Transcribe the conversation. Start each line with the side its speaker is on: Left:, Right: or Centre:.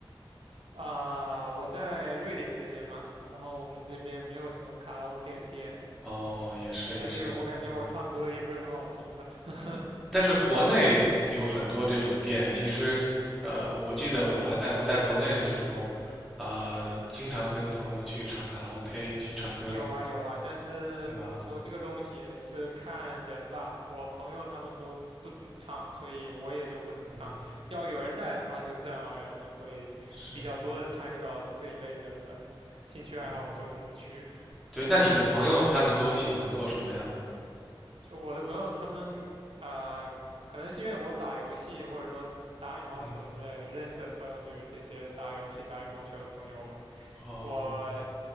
Right: 啊。我在瑞典这边嘛，然后我们这边没有什么卡拉 OK 的店，
Centre: 哦，也是也是，
Right: 对，而且我感觉我唱歌也不是很好听吧。
Centre: 嗯，
Right: <laughs>
Centre: 但是国内有很多这种店，其实，呃，我记得我还在我在国内的时候，啊、经常跟朋友去唱卡拉 OK 去唱歌，
Right: 有啊有啊，但是怎么说，
Centre: 对吧？
Right: 这个东西也是看人吧。我朋友他们都不怎么唱，所以我也就不怎么唱。
Centre: 嗯，
Right: 要有人带的话，就自然而然的会比较多的参与到这一类的兴趣爱好中去。
Centre: 是，嗯，对，那你的朋友他们都喜欢做什么呀？
Right: 就我的朋友他们啊、呃可能是因为我打游戏或者说打羽毛球之类的，
Centre: 嗯，
Right: 认识的朋友就是这些打游戏、打羽毛球的朋友吧。
Centre: 哦，
Right: 我